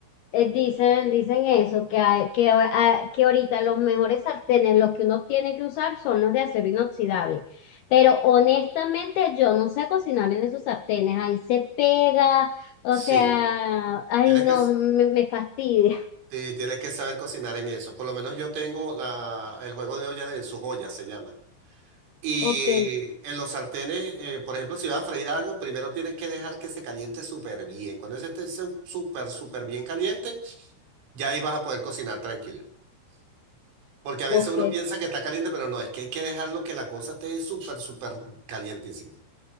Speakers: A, on the left (about 75°); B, on the right (about 80°).
A: eh, dicen, dicen eso, que, hay- que, a- que ahorita los mejores sartenes, los que uno tiene que usar, son los de acero inoxidable. Pero honestamente, yo no sé cocinar en esos sartenes. Ahí se pega, o
B: Sí,
A: sea, ay,
B: tienes
A: no,
B: que...
A: me, me fastidia.
B: Sí, tienes que saber cocinar en eso. Por lo menos yo tengo la, el juego de olla de su joya, se llama. Y
A: Ok,
B: en los sartenes, eh, por ejemplo, si vas a freír algo, primero tienes que dejar que se caliente súper bien. Cuando ese esté su- súper, súper bien caliente, ya ahí vas a poder cocinar tranquila. Porque a
A: ok,
B: veces uno piensa que está caliente, pero no, es que hay que dejarlo que la cosa esté súper, súper calientísimo.